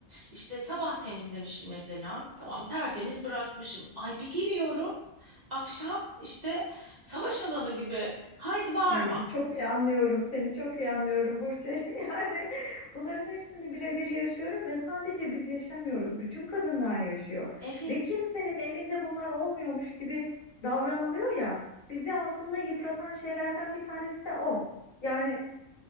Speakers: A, on the right (about 35°); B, on the left (about 75°).
A: İşte sabah temizlemişim mesela. Tamam tertemiz bırakmışım. Ay bir giriyorum. Akşam işte savaş alanı gibi. Haydi bağırma.
B: Ay çok iyi anlıyorum seni çok iyi anlıyorum Burçe. <laughs> Yani bunların hepsini birebir yaşıyorum ve sadece biz yaşamıyoruz. Bütün kadınlar yaşıyor.
A: Evet.
B: Ve kimsenin evinde bunlar olmuyormuş gibi davranılıyor ya. Bizi aslında yıpratan şeylerden bir tanesi de o. Yani